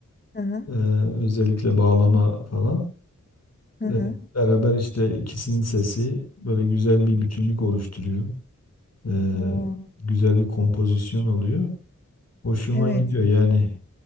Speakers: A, on the left; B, on the left.
A: Hı hı
B: Ee, özellikle bağlama falan.
A: hı
B: Ee,
A: hı.
B: beraber işte ikisinin sesi böyle güzel bir bütünlük oluşturuyor. Ee,
A: Oo,
B: güzel bir kompozisyon oluyor. Hoşuma
A: evet.
B: gidiyor yani.